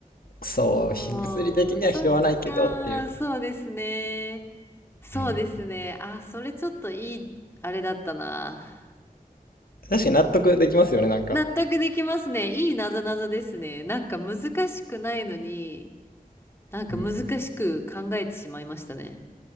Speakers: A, on the left; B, on the left.
A: そう、
B: もう、
A: ひ物理的には拾わないけどっていう。
B: そっちか。そうですね。そうですね。
A: うん。
B: あ、それちょっといい、あれだったな。
A: 確かに納得できますよね、なんか。
B: 納得できますね。いいなぞなぞですね。なんか難しくないのに、なんか難しく考えてしまいましたね。
A: うん。